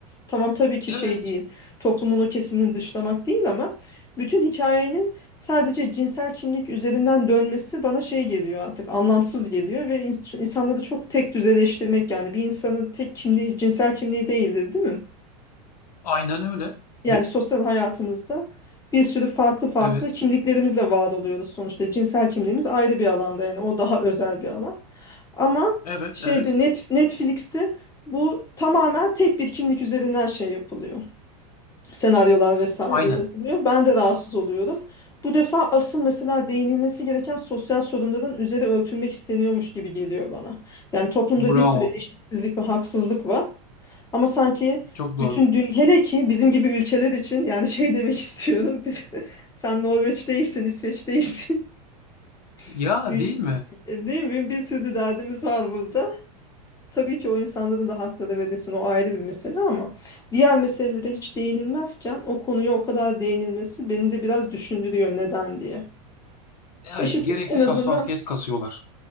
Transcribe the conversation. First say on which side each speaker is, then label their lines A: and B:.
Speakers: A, on the left; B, on the left.
A: Tamam tabii ki
B: evet,
A: şey değil. Toplumun o kesimini dışlamak değil ama bütün hikayenin sadece cinsel kimlik üzerinden dönmesi bana şey geliyor artık anlamsız geliyor ve ins- insanları çok tek düzeleştirmek yani bir insanın tek kimliği cinsel kimliği değildir değil mi?
B: aynen öyle.
A: Yani
B: Bi-
A: sosyal hayatımızda bir sürü farklı farklı
B: Evet,
A: kimliklerimizle var oluyoruz sonuçta. Cinsel kimliğimiz ayrı bir alanda yani o daha özel bir alan. Ama
B: evet,
A: şeyde
B: evet.
A: net, Netflix'te bu tamamen tek bir kimlik üzerinden şey yapılıyor. Senaryolar vesaire
B: Aynen.
A: yazılıyor. Ben de rahatsız oluyorum. Bu defa asıl mesela değinilmesi gereken sosyal sorunların üzeri örtülmek isteniyormuş gibi geliyor bana. Yani toplumda
B: Bravo.
A: bir sürü eşitsizlik ve haksızlık var. Ama sanki
B: Çok doğru.
A: bütün dünya hele ki bizim gibi ülkeler için yani şey <laughs> demek istiyorum. Biz, <laughs> sen Norveç değilsin, İsveç değilsin.
B: Ya
A: <laughs> Değil
B: değil mi?
A: e, değil mi? Bir türlü derdimiz var burada. Tabii ki o insanların da hakları verilsin o ayrı bir mesele ama diğer meselelere hiç değinilmezken o konuya o kadar değinilmesi beni de biraz düşündürüyor neden diye.
B: Evet,
A: Eşit
B: gereksiz
A: en azından
B: hassasiyet kasıyorlar.